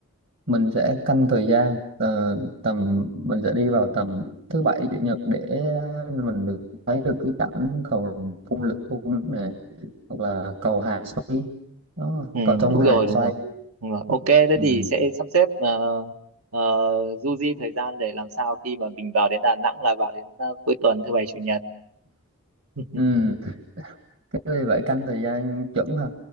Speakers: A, on the right (about 55°); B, on the right (about 80°).
A: mình sẽ canh thời gian ờ, tầm mình sẽ đi vào tầm thứ bảy chủ nhật để mình được thấy được cái cảnh cầu phun lửa phun nước này hoặc là cầu hàng xoay đó,
B: ừ,
A: cầu sông
B: đúng
A: hàng
B: rồi đúng
A: xoay
B: rồi đúng rồi ok thế
A: ừ.
B: thì sẽ sắp xếp uh, uh, du di thời gian để làm sao khi mà mình vào đến Đà Nẵng là vào đến ờ, cuối tuần thứ bảy chủ nhật <laughs>
A: Ừ. Cái vì vậy canh thời gian chuẩn ha